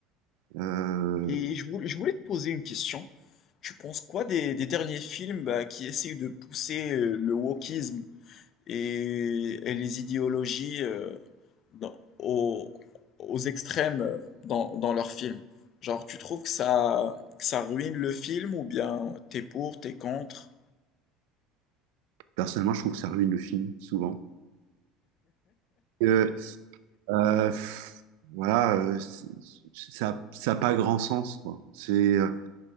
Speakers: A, on the right (about 80°); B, on the left (about 50°).
A: Euh,
B: Et je voulais, je voulais te poser une question. Tu penses quoi des, des derniers films bah, qui essayent de pousser euh, le wokisme et, et les idéologies euh, dans- aux, aux extrêmes euh, dans, dans leurs films? Genre, tu trouves que ça, que ça ruine le film ou bien t'es pour, t'es contre?
A: personnellement, je trouve que ça ruine le film souvent. Euh, euh, pff, voilà, euh, c'est- c'est- ça, ça n'a pas grand sens, quoi. C'est euh,